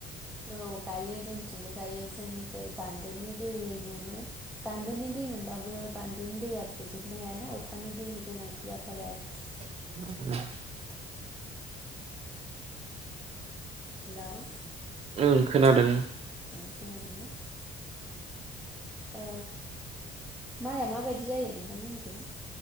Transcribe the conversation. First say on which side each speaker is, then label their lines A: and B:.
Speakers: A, in the centre; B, on the right.
A: औ गायो जों थिंबो गायो जोंनि दै बान्दोनि दै मोनो। बान्दोननि दै मोनबाबो बान्दोन दैया थोजोबनो हायाना अखानि दैनि गोनांथि जाथारो आरो।
B: <inaudible>
A: हेल'
B: ओं खोनादों।
A: अ खोनादोना? ओ माइआ माबायदि जायो नोंथांनि थिं